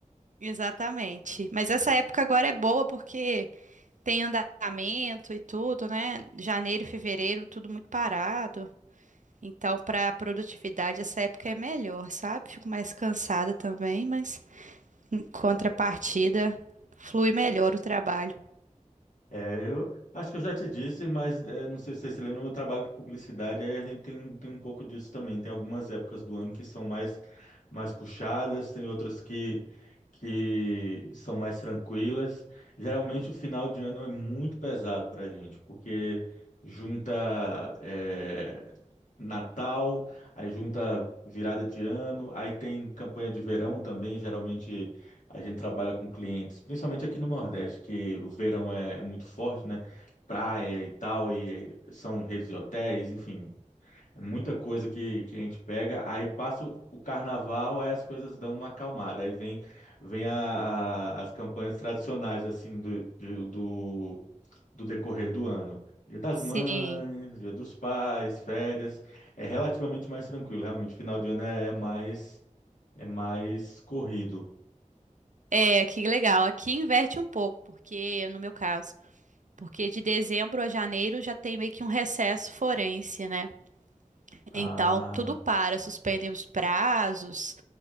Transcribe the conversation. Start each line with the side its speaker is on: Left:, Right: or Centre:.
Right: Exatamente. Mas essa época agora é boa porque tem andamento e tudo, né? Janeiro, fevereiro, tudo muito parado. Então, para produtividade, essa época é melhor, sabe? Fico mais cansada também, mas em contrapartida, flui melhor o trabalho.
Left: É, eu acho que eu já te disse, mas é, não sei se você se lembra, no meu trabalho com publicidade, aí a gente tem, tem um pouco disso também. Tem algumas épocas do ano que são mais, mais puxadas, tem outras que, que são mais tranquilas. Geralmente o final de ano é muito pesado para a gente, porque junta é, Natal, aí junta virada de ano, aí tem campanha de verão também, geralmente a gente trabalha com clientes, principalmente aqui no Nordeste, que o verão é, é muito forte, né? Praia e tal, e são redes de hotéis, enfim, é muita coisa que, que a gente pega. Aí passa o, o carnaval, aí as coisas dão uma acalmada. Aí vem, vem a- a- as campanhas tradicionais, assim, do, de- do, do decorrer do ano. Dia das
Right: Sim,
Left: Mães, Dia dos Pais, férias. É relativamente mais tranquilo, realmente. Final de ano é, é mais, é mais corrido.
Right: é, que legal. Aqui inverte um pouco, porque no meu caso, porque de dezembro a janeiro já tem meio que um recesso forense, né?
Left: Ah.
Right: Então, tudo para, suspendem os prazos